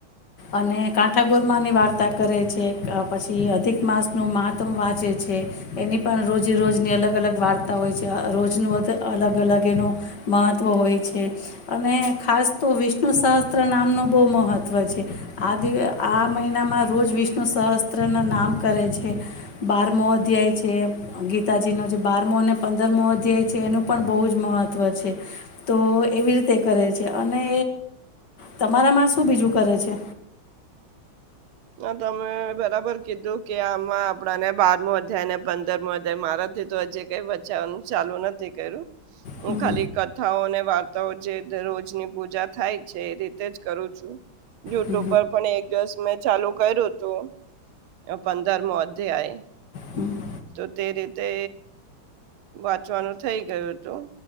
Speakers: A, on the left; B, on the right.
A: અને કાંઠાાગોરમાંની વાર્તા કરે છે પછી અધિક માસ નું મહાતમ વાંચે છે એની જે રોજની અલગ અલગ વાર્તા હોય છે રોજનું અલગ અલગ એનું મહત્ત્વ હોય છે અને ખાસ તો વિષ્ણુ સહસ્ત્ર નામનું બહુ મહત્ત્વ છે આ દિવ આ મહિનામાં રોજ વિષ્ણુ સહસ્ત્રના નામ કરે છે બારમ અધ્યાય જે ગીતાજીનો જે બારમો અને પંદરમો અધ્યાય છે એનું પણ બહુ જ મહત્વ છે તો એવી રીતે કરે છે અને તમારામાં શું બીજું કરે છે.
B: ના તમે બરાબર કીધું કે આમાં આપણાને બાર મો વધ્યાયને પંદર મો વધ્યા મારાથી તો હજે કઈ બચાવવાનું ચાલુ નથી કર્યું. હું
A: હમ
B: ખાલી
A: હમ
B: કથાઓને વાત તો જે રોજની પૂજા થાય છે એ રીતે જ કરું છું. યુટ્યુબ
A: હમ,
B: પર પણ એક જસ મે ચાલુ કર્યું હતું, પંદર મોધ અધ્યાય.
A: હમ.
B: તો તે રીતે વાંચવાનું થઇ ગયું હતું.